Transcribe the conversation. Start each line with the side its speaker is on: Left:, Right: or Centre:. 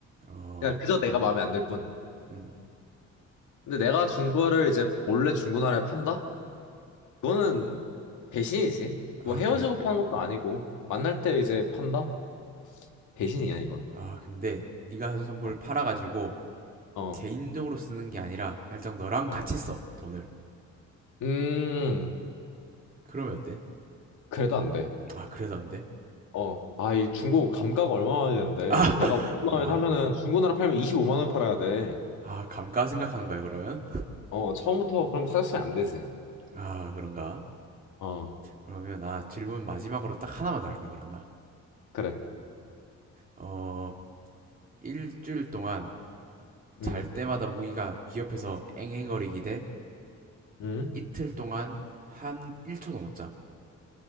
Right: 어,
Left: 그냥 그저 내가 마음에 안 들 뿐.
Right: 음,
Left: 근데 내가 준 거를 이제 몰래 중고나라에 판다? 그거는 배신이지.
Right: 아,
Left: 뭐 헤어지고
Right: 배신.
Left: 파는 것도 아니고 만날 때 이제 판다? 배신이야, 이건.
Right: 아, 근데 네가 사준 선물
Left: 어,
Right: 팔아가지고
Left: 어.
Right: 개인적으로 쓰는 게 아니라 살짝 너랑
Left: 어.
Right: 같이 써, 돈을.
Left: 음,
Right: 그러면 어때?
Left: 그래도 안 돼.
Right: 아, 그래도 안 돼?
Left: 어, 아, 이 중고 감가가 얼마나 되는데
Right: 아,
Left: 내가 5만
Right: 아,
Left: 원에 사면은 중고나라 팔면 25만 원 팔아야 돼.
Right: 아 감가 생각하는 거야, 그러면?
Left: 어, 처음부터 그럼 사줬으면 안 되지.
Right: 아, 그런가?
Left: 어,
Right: 그러면 나 질문 마지막으로 딱 하나만 더 할게, 그러면 나.
Left: 그래.
Right: 어, 일주일 동안 잘
Left: 음,
Right: 때마다 모기가 귀 옆에서 앵앵거리기 대
Left: 음.
Right: 이틀 동안 한 1초도 못 자.